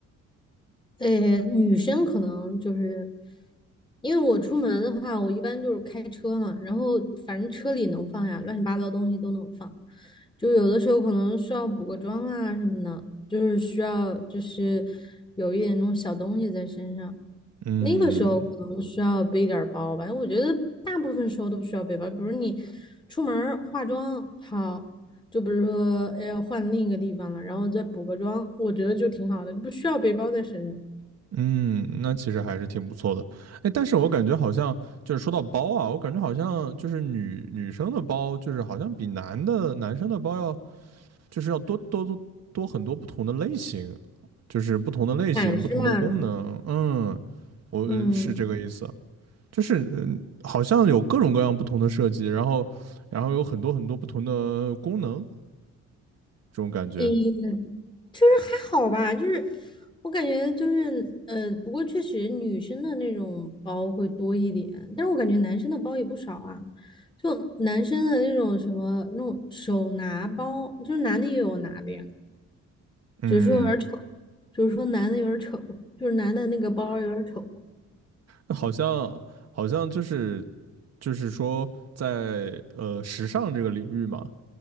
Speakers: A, on the left (about 15°); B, on the right (about 55°).
A: 呃，女生可能就是因为我出门的话，我一般就是开车嘛，然后反正车里能放呀，乱七八糟东西都能放。就有的时候可能需要补个妆啊什么的，就是需要就是有一点那种小东西在身上，
B: 嗯，
A: 那个时候可能需要背点儿包吧。我觉得大部分时候都不需要背包，比如你出门儿化妆好，就比如说哎呀换另一个地方了，然后再补个妆，我觉得就挺好的，不需要背包在身上。
B: 嗯，那其实还是挺不错的。哎，但是我感觉好像就是说到包啊，我感觉好像就是女女生的包，就是好像比男的男生的包要就是要多多多多很多不同的类型，就是不同的类型、
A: 款式嘛，
B: 不同的功能。嗯，我呃是这个意思，
A: 嗯，
B: 就是嗯好像有各种各样不同的设计，然后然后有很多很多不同的功能，这种感觉。
A: 也就是还好吧，就是我感觉就是呃，不过确实女生的那种包会多一点，但是我感觉男生的包也不少啊。就男生的那种什么那种手拿包，就是男的也有拿的呀，
B: 嗯，
A: 只是说有点丑，就是说男的有点丑，就是男的那个包有点丑。
B: 好像好像就是就是说在呃时尚这个领域嘛，